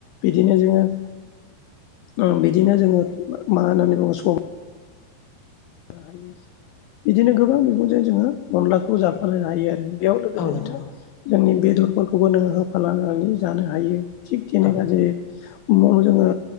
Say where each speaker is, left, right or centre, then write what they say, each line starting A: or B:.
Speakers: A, on the left; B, on the left.
A: बिदिनो जोङो उम बिदिनो जोङो मा होननानै बुङो सबाय जानो बिदिनो गोबां मैगंजों जोङो अनलाखौ जाफा लायनो हायो आरो। बेयाव लोगोसे
B: औ नोंथां
A: जोङो जोंनि बेदरफोरखौबो नोङो होफानानै जानो हायो। थिग थेनेखा
B: औ
A: जे जोङो